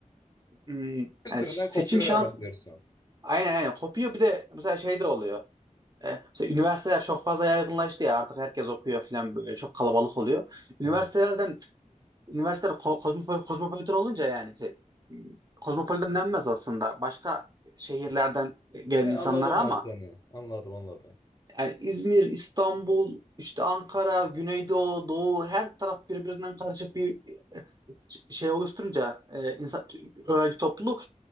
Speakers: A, on the right; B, on the left.
A: hmm,
B: Kültüründen
A: yani seçim
B: kopuyor
A: şans
B: ama diyorsun.
A: aynen aynen kopuyor bir de mesela şey de oluyor. E, mesela üniversiteler çok fazla yaygınlaştı ya artık herkes okuyor falan böyle çok kalabalık oluyor. Üniversitelerden
B: Evet.
A: üniversiteler ko- kozmopol- kozmopolitan olunca yani şey, hmm, kozmopolitan denmez aslında başka şehirlerden gelen
B: Ya
A: insanlara
B: anladım ben
A: ama
B: seni. Anladım anladım.
A: Yani İzmir, İstanbul, işte Ankara, Güneydoğu, Doğu her taraf birbirinden karışık bir ş- şey oluşturunca e, insan, öğrenci topluluğu